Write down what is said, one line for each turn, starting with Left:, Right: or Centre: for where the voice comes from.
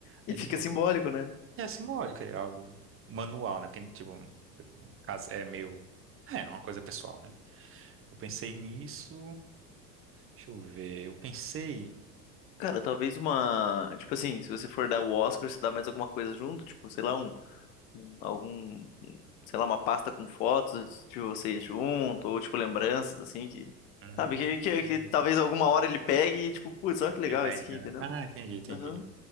Left: E
Right: é
Left: fica
Right: de boa.
Left: simbólico, né?
Right: É simbólica, é algo manual, né? Porque, tipo, no caso, é meio. É, é uma coisa pessoal, né? Eu pensei nisso. Deixa eu ver. Eu pensei.
Left: Cara, talvez uma. Tipo assim, se você for dar o Oscar, você dá mais alguma coisa junto, tipo, sei lá, um, um- algum. um, Sei lá, uma pasta com fotos de vocês junto, ou tipo, lembranças, assim, que.
Right: Hum,
Left: Sabe, que, que, que talvez alguma hora ele pegue e, tipo, putz, olha que legal
Right: me lembra,
Left: esse aqui, entendeu?
Right: né? Ah, entendi, entendi.
Left: Aham.